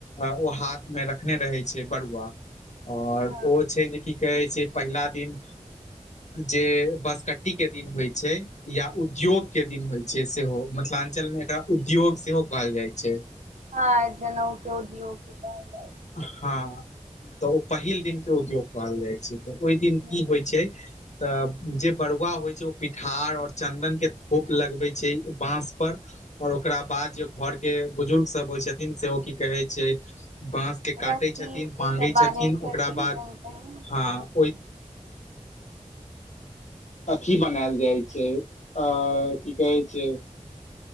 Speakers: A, on the left; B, on the right.
A: आ-ओ हात में रखने रहै छै बरुवा। और
B: हँ
A: ओ छै जे कि कऐ छै पहिला दिन जे बस क ती के दिन होइ छै या उद्योग के दिन होइ छै सेहो। मिथलांचल में एकरा उद्योग सेहो कहल जाइ छै।
B: हँ, जनौ के उद्योगे कहल जाइ
A: हँ, तऽ ओ पहिल दिन के उद्योग कहल जै छै। तऽ ओइ दिन
B: हूँ,
A: की होइ छै? तऽ जे बरुवा होइ छै ओ पिठार और चन्दन के थोप लगबै छै। बाँस पर और ओकरा बाद जे घर के बुजुर्ग सब होय छथिन से ओ की कहे छै बांस के काटै
B: रस्सी
A: छथिन,
B: उस्सी
A: पांगै
B: सब बान्है
A: छथिन ओकरा बाद
B: कहीं कहीं
A: हाँ ओइ अथी बनेल जै छै आ की कहै छै?